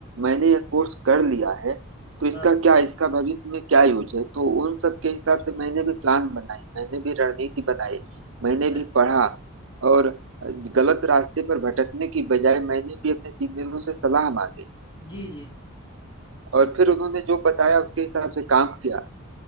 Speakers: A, on the right (about 65°); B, on the left (about 25°).
A: मैंने यह कोर्स कर लिया है तो इसका
B: हाँ, हाँ।
A: क्या इसका भविष्य में क्या यूज है तो उन सब के हिसाब से मैंने भी प्लान बनाई मैंने भी रणनीति बनाई मैंने
B: अच्छा,
A: भी पढ़ा
B: अच्छा।
A: और गलत रास्ते पर भटकने की बजाय मैंने भी अपने सीनियरों से सलाह मांगी
B: जी, जी।
A: और फिर उन्होंने जो बताया उसके हिसाब से काम किया